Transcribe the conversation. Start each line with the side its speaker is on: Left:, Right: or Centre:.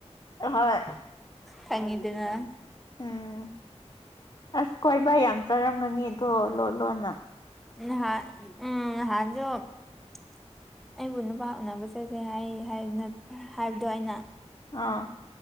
Left: ꯍꯣꯏ
Centre: ꯊꯪꯉꯤꯗꯅ
Left: ꯎꯝ ꯑꯁ ꯀꯣꯏꯕ ꯌꯥꯝ ꯆꯥꯔꯝꯒꯅꯤꯗꯣ ꯂꯣ ꯂꯣꯟꯅ
Centre: ꯎ ꯍꯥ ꯎꯝ ꯍꯥꯏꯖ ꯑꯩꯕꯨ ꯅꯨꯄꯥ ꯎꯅꯕ ꯆꯠꯁꯦ ꯍꯥꯏ ꯍꯥꯏꯕꯗꯣ ꯑꯩꯅ
Left: ꯑꯥ